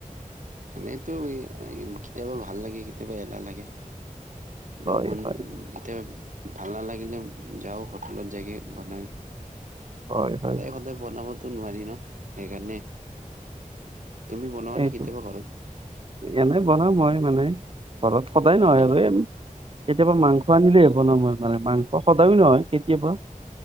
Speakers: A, on the right; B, on the right.
A: এনেইতো কেতিয়াবা ভাল লাগে কেতিয়াবা এলাহ লাগে এতি
B: হয়
A: মন
B: হয়
A: ইতিয়া ভাল নালাগিলে যাওঁ হোটেলত য ইগে বনাই
B: হয় হয়
A: সদায় সদায় বনাবতো নোৱাৰি ন সেইকাৰণে তুমি বনোৱা নে
B: এইটো
A: কেতিয়াবা ঘৰত?
B: এনেই বনাওঁ মই মানে ঘৰত সদায় নহয়
A: হয় নেকি?
B: আৰু এই কেতিয়াবা মাংস আনিলেই হব ন মই মানে মাংস সদায়ো নহয় কেতিয়াবা